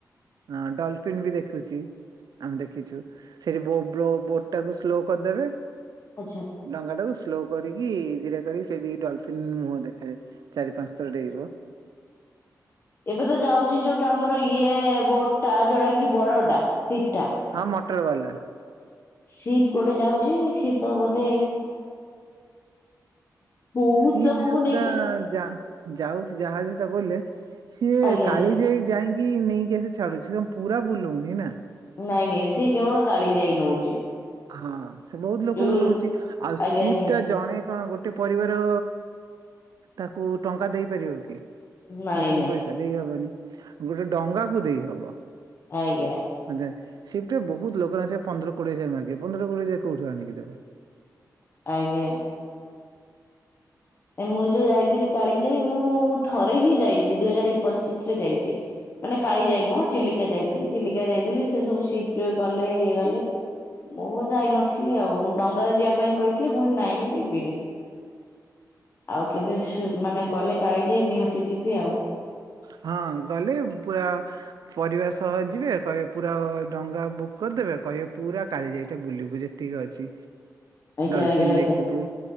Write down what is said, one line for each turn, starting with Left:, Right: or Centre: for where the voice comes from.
Right: ହଁ ଡଲଫିନ୍ ବି ଦେଖୁଛି। ଆମେ ଦେଖିଛୁ ସେଠି ବୋ ବ୍ରୋ ବୋଟ ଟାକୁ ସ୍ଲୋ କରିଦେବେ
Left: ଆଚ୍ଛା।
Right: ଡଙ୍ଗା ଟାକୁ ସ୍ଲୋ କରିକି ଧୀରେ କରିକି ସେଠି ଡଲଫିନ୍ ମୁହଁ ଦେଖାଯାଏ। ଚାରି ପାଂସ ଥର ଡେଇବ।
Left: ଏବେ ତ ଯାଉଛି ଯୋଉଟା ଆମର ଇଏ ବୋଟ ଟା ଯୋଉଟା କି ବଡଟା ସିପ୍ ଟା।
Right: ହଁ ମଟର ବାଲା।
Left: ସିପ୍ ଗୋଟେ ଯାଉଛି ସି ତ ବୋଧେ ବହୁତ
Right: ସିପ୍
Left: ଲୋକଙ୍କୁ
Right: ଯୋଉଟା
Left: ନେଇକି
Right: ଯା ଯାଉଛି ଜାହାଜ ସେଟା ବୋଇଲେ ସିଏ
Left: ଆଜ୍ଞା
Right: କାଳି
Left: ଆଜ୍ଞା।
Right: ଯାଇ ଯାଇକି ନେଇକି ଆସି ଛାଡୁଛି ତ ପୁରା ବୁଲଉନି ନା।
Left: ନାଇଁ ନାଇଁ ସିଏ କେବଳ କାଳି ଯାଇ ନଉଛି।
Right: ହଁ ସେ ବହୁତ ଲୋକଙ୍କୁ
Left: ଯୋଉ
Right: ନୋଉଛି ଆଉ ସିପ୍
Left: ଆଜ୍ଞା ଆଜ୍ଞା।
Right: ଟା ଜଣେ କଣ ଗୋଟେ ଟେ ପରିବାର ତାକୁ ଟକା ଦେଇପାରିବ କି
Left: ନାଇଁ
Right: ବୁକିଂ
Left: ନାଇଁ
Right: ପଇସା। ଦେଇ ହବନି ଗୋଟେ ଡଙ୍ଗା କୁ ଦେଇହବ।
Left: ଆଜ୍ଞା।
Right: ହଁ ଯେ ସିଫ୍ଟ ରେ ବହୁତ ଲୋକ ନାସେ ପନ୍ଦର କୋଡିଏଜାର ମାଗିବେ ପନ୍ଦର କୋଡିଏ ହଜାର କୋଉଠୁ ଆଣିକି ଦେବେ।
Left: ଆଜ୍ଞା। ଏ ମୁଁ ଯୋଉ ଯାଇଥିଲି କାଳି ଯାଇ ମୁଁ ଥରେ ହିଁ ଯାଇଛି ଦୁଇ ହଜାର ପଚିଶ ରେ ଯାଇଛି। ମାନେ କାଳି ଯାଇ ନୁହଁ ଚିଲିକା ଯାଇଥିଲି ଚିଲିକା ଯାଇଥିଲି ସେ ସବୁ ସିପଟ୍ ଗଲେ ଇଏ ଗଲେ ମୁଁ ଯାଇନଥିଲି ଆଉ ମୁଁ ଡଙ୍ଗାରେ ଯିବା ପାଇଁ କହିଥିଲି ମୁ କଲି ନାଇଁ ମୁଁ ଯିବିନି। ଆଉ କେବେ ସି ମାନେ ଗଲେ କାଳି ଯାଇ ନିହାତି ଯିବି ଆଉ।
Right: ହଁ ଗଲେ ପୁରା ପରିବା ସହ ଯିବେ କହି ପୁରା ଡଙ୍ଗା ବୁକ୍ କରିଦେବେ କହିବେ ପୁରା କାଳିଜାଇ ଟା ବୁଲିବୁ ଯେତିକି ଅଛି।
Left: ଆଜ୍ଞା
Right: ଡଲଫିନ
Left: ଆଜ୍ଞା ଆଜ୍ଞା
Right: ଦେଖିବୁ।